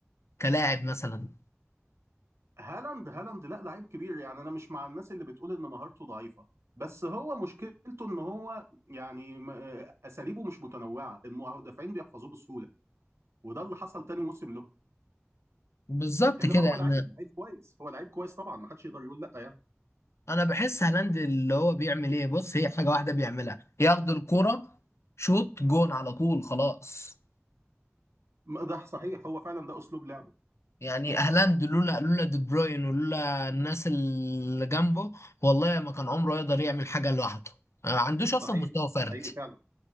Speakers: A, on the left (about 75°); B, on the right (about 75°).
A: كلاعب مثلا
B: هالاند هالاند لا لعيب كبير يعني انا مش مع الناس اللي بتقول ان مهارته ضعيفه بس هو مشكلته ان هو يعني م- آه، اساليبه مش متنوعه المدافعين بيحفظوه بسهوله وده اللي حصل تاني موسم له
A: بالظبط
B: انما
A: كده
B: هو لعيب
A: انا
B: لعيب كويس هو لعيب كويس طبعا ما حدش يقدر يقول لا يعني
A: انا بحس هالاند اللي هو بيعمل ايه بص هي حاجه واحده بيعملها ياخد الكرة شوط جون على طول خلاص
B: ما ده صحيح هو فعلا ده اسلوب لعبه
A: يعني هالاند لولا لولا دي بروين ولولا الناس اللي جنبه والله ما كان عمره يقدر يعمل حاجه لوحده آه، ما عندوش
B: صحيح
A: اصلا مستوى فردي
B: حقيقي فعلا